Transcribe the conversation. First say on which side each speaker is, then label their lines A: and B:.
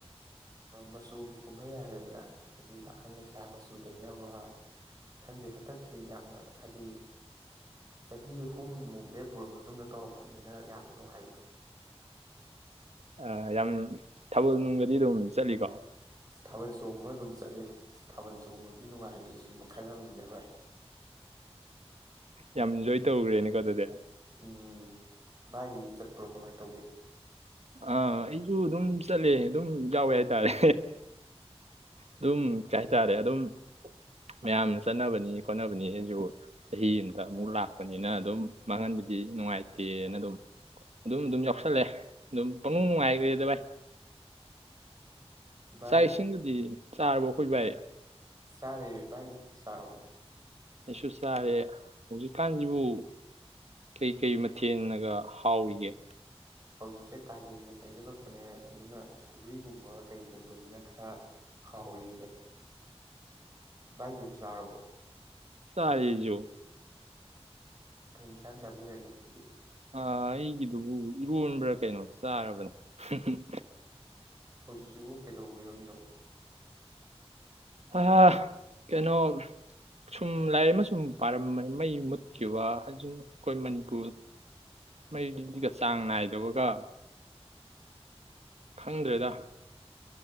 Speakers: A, on the right; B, on the right.
A: ꯃꯆꯨꯒꯤ ꯀꯨꯝꯍꯩ ꯍꯥꯏꯔꯦꯗꯅ ꯍꯥꯏꯗꯤ ꯄꯥꯈꯪ ꯂꯩꯁꯥ ꯃꯆꯨ ꯇꯩꯅꯕ ꯑꯗꯨꯒ ꯈꯪꯗꯩ ꯍꯟꯗꯛꯀꯤ ꯌꯥꯝꯅ ꯍꯥꯏꯗꯤ ꯆꯍꯤ ꯑꯍꯨꯝ ꯃꯨꯛꯂꯦ ꯄꯨꯔꯝꯃ ꯃꯇꯨꯡꯗ ꯇꯧꯔꯛꯄꯅꯤꯅ ꯌꯥꯝꯅ ꯅꯨꯡꯉꯥꯏꯕꯗꯣ
B: ꯑ ꯌꯥꯝ ꯊꯥꯕꯜ ꯅꯨꯡꯒꯗꯤ ꯑꯗꯨꯝ ꯆꯠꯂꯤꯀꯣ
A: ꯊꯥꯕꯜ ꯆꯣꯡꯕ ꯑꯗꯨꯝ ꯆꯠꯂꯤ ꯊꯥꯕꯜ ꯆꯣꯡꯕꯒꯤ ꯅꯨꯡꯉꯥꯏꯕꯁꯤꯁꯨ ꯃꯈꯜ ꯑꯃꯅꯤꯅ ꯚꯥꯏ
B: ꯌꯥꯝꯏꯟꯖꯣꯏ ꯇꯧꯈ꯭ꯔꯦꯅꯦꯀꯣ ꯑꯗꯨꯗꯤ
A: ꯎꯝ ꯥꯏꯗꯤ ꯆꯠꯄ꯭ꯔꯣ ꯀꯃꯥꯏ ꯇꯧꯒꯦ
B: ꯑ ꯑꯩꯁꯨ ꯑꯗꯨꯝ ꯆꯠꯂꯦ ꯑꯗꯨꯝ ꯌꯥꯎꯋꯦ ꯍꯥꯏꯇꯥꯔꯦ ꯑꯗꯨꯝ ꯀꯩ ꯍꯥꯏꯇꯥꯔꯦ ꯑꯗꯨꯝ ꯃꯌꯥꯝꯅ ꯆꯠꯅꯕꯅꯤ ꯈꯣꯠꯅꯕꯅꯤ ꯑꯩꯁꯨ ꯆꯍꯤ ꯑꯃꯇ ꯑꯃꯨꯛ ꯂꯥꯛꯄꯅꯤꯅ ꯑꯗꯨꯝ ꯃꯥꯡꯍꯟꯕꯗꯤ ꯅꯨꯡꯉꯥꯏꯇꯦꯅ ꯑꯗꯨꯝ ꯑꯗꯨꯝ ꯑꯗꯨꯝ ꯌꯥꯎꯁꯜꯂꯦ ꯑꯗꯨꯝ ꯄꯅꯨꯡ ꯅꯨꯡꯉꯥꯏꯈ꯭ꯔꯦꯗ ꯚꯏ
A: ꯚꯥꯏ
B: ꯆꯥꯛ ꯏꯁꯤꯡꯗꯨꯗꯤ ꯆꯥꯔꯕ ꯑꯩꯈꯣꯏ ꯚꯥꯏ
A: ꯆꯔꯦ ꯚꯥꯏ ꯆꯔꯕ
B: ꯁꯨꯁꯔꯦ ꯍꯧꯖꯤꯛꯀꯥꯟꯁꯤꯕꯨ ꯀꯩꯀꯩ ꯃꯊꯦꯜꯅꯒ ꯍꯥꯎꯔꯤꯒꯦ
A: ꯍꯧꯖꯤꯁꯦ ꯀꯂꯤ ꯌꯦꯡꯒꯦꯁ ꯆꯪꯁꯤꯜꯂꯛꯄꯅꯦ ꯑꯗꯨꯅ ꯁꯧꯒ꯭ꯔꯤꯒꯨꯝꯕ ꯀꯩꯒꯨꯝꯕꯁꯤꯅ ꯈꯔ ꯍꯥꯎꯔꯤꯕ ꯥꯏꯗꯤ ꯆꯔꯔꯕꯣ
B: ꯇꯥꯔꯦꯖꯣ
A: ꯀꯩ ꯢꯟꯖꯥꯡ ꯆꯥꯕꯤꯔꯒꯦ <unintelligible>
B: ꯑꯥ ꯑꯩꯒꯤ ꯗꯨꯕꯨ ꯏꯔꯣꯟꯕ꯭ꯔꯥ ꯀꯩꯅꯣ ꯆꯥꯔꯕꯅꯦ ꯍꯨꯡ-ꯍꯨꯡ꯫
A: ꯍꯧꯖꯤꯛꯁꯤꯕꯨ ꯀꯩꯗꯧꯕꯤꯔꯝꯃꯤꯅꯣ?
B: ꯍꯥ-ꯍꯥ ꯀꯩꯅꯣ ꯁꯨꯝ ꯂꯥꯢꯔꯤꯛ ꯑꯃ ꯁꯨꯝ ꯄꯥꯔꯝꯕꯅꯤ ꯃꯩ ꯃꯨꯠ ꯀ꯭ꯌꯨꯕꯥ ꯑꯗꯨ ꯑꯈꯣꯏ ꯃꯅꯤꯄꯨꯔ ꯃꯩꯗꯤ ꯁꯤꯒ ꯆꯥꯡ ꯅꯥꯏꯗꯕꯒ ꯈꯪꯗ꯭ꯔꯦꯗꯥ꯫